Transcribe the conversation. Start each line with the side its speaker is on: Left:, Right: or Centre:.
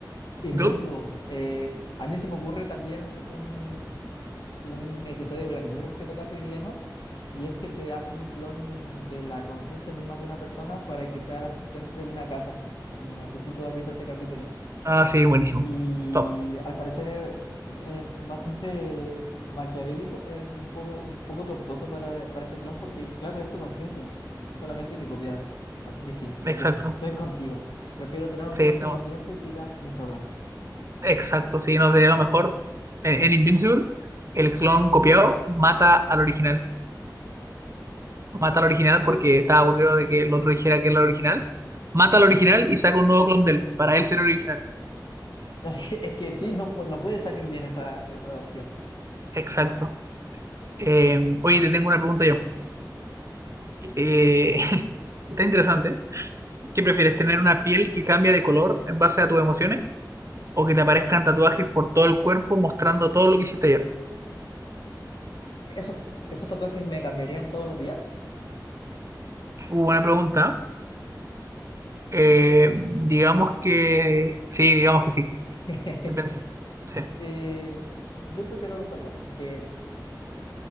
Left: Invincible.
Right: ¿Y tú?
Left: Eh, a mí se me ocurre también un, un- un episodio de Black Mirror que toca ese dilema, y es que se hace un clon de la conciencia misma de una persona para que sea el asistente de una casa. No sé si tú has visto ese capítulo.
Right: Ah, sí, buenísimo.
Left: Y
Right: Top.
Left: al parecer eh, es bastante maquiavélico, es un poco, un poco tortuoso para, para ese clon porque, claro, es tu conciencia, solamente que copiada. Así que sí, yo
Right: Exacto.
Left: estoy contigo. Prefiero tener un
Right: Sí,
Left: clon
Right: estamos.
Left: que no piense y siga mis órdenes.
Right: Exacto, sí, no sería lo mejor. En, en Invincible, el clon copiado mata al original. mata al original porque
Left: Sí,
Right: estaba aburrido de que el otro dijera que era el original, mata al original y saca un nuevo clon de él, para él ser el original.
Left: <laughs> Es que sí, no, pu- no puede salir bien esa, esa opción.
Right: Exacto. Eh, oye, te tengo una pregunta yo. Eh, <laughs> está interesante. ¿Qué prefieres, tener una piel que cambia de color en base a tus emociones o que te aparezcan tatuajes por todo el cuerpo mostrando todo lo que hiciste ayer?
Left: ¿Esos, esos tatuajes me cambiarían todos los días?
Right: Uh, buena pregunta. Eh, digamos que sí, digamos que sí.
Left: <laughs>
Right: Depende.
Left: S-
Right: Sí.
Left: eh, yo prefiero los tatuajes que...